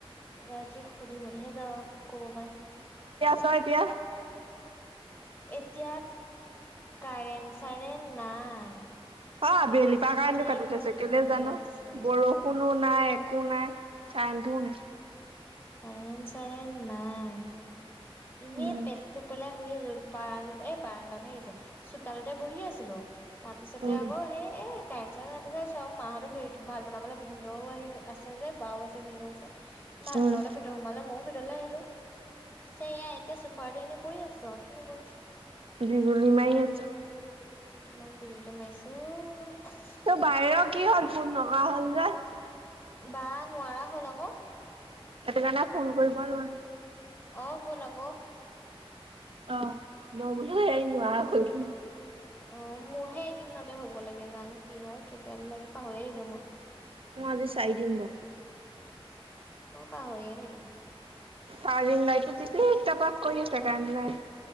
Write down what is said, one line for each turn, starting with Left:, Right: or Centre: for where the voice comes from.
Left: ৰাইজে সুধি, মেলিহে যাব কব পাই।
Right: ত‌ই এতিয়া
Left: এতিয়া কাৰেন, চাৰেণ নাই।
Right: আবেলিৰপা
Left: বিজুলী
Right: কাৰেন্টটো
Left: ঢেৰেকণি
Right: কাটি থৈছে, কেলে
Left: মাৰে
Right: জানো,
Left: আছে
Right: বৰষুণ নাই একো, নাই কাৰেন্টটো নাই।
Left: কাৰেন্ট, চাৰেন নাই, এনে
Right: উম
Left: পেটটো পেলাই। শুই আছো, বাৰন এই বাৰাণ্ডাতহে আহিছে। তালতে বহি আছিলো। তাৰ পিছতে
Right: উম
Left: আকৌ সেই এ, কাৰেন্ট, চাৰেন চব মাহত ভেট <unintelligible> ভাত বানাবলৈ ভিন্ ও, আহিল আছে, যে বাও আছে, ভিনদেউ আছে। ভাত
Right: উম
Left: বনাবলৈ ভিতৰত সোমালে ময়ো আহিলো, পিছে এয়া এতিয়া চুফাৰটনে পৰি আছো আৰু কিনো কৰিম।
Right: বিজুলি মাৰি আছে।
Left: কিমান বিজুলী মাৰাইছে অ'।
Right: তোৰ বায়েৰৰ কি হ'ল ফোন লগা হ'ল যে?
Left: বা, নোৱাৰা হ'ল আকৌ।
Right: সেইটো কাৰণে ফুন কৰিব নোৱাৰে।
Left: অ, ব'ল আকৌ।
Right: অ, মই বোলো এই নোৱাৰ হ'ল।
Left: অ, মোৰহে এইদিনতে হ'ব লাগে, জানো কি হয়, কেতিয়াবা লাগে পাহৰিয়ে থাকিলো মই।
Right: মই আজি চাৰিদিন ব
Left: মই পাহৰিয়ে থাকিলো।
Right: চাৰ্জিং লাইততো তিপিক তাপাক কৰি আছে, কাৰন্টটো নাই।